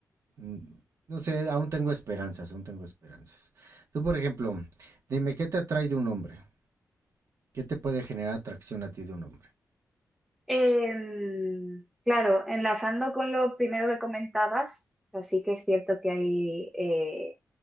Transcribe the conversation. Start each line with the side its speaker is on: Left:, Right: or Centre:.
Right: Mm, No sé, aún tengo esperanzas, aún tengo esperanzas. Tú, por ejemplo, dime, ¿qué te atrae de un hombre? ¿Qué te puede generar atracción a ti de un hombre?
Centre: Em, claro, enlazando con lo primero que comentabas, o sea, sí que es cierto que hay... eh,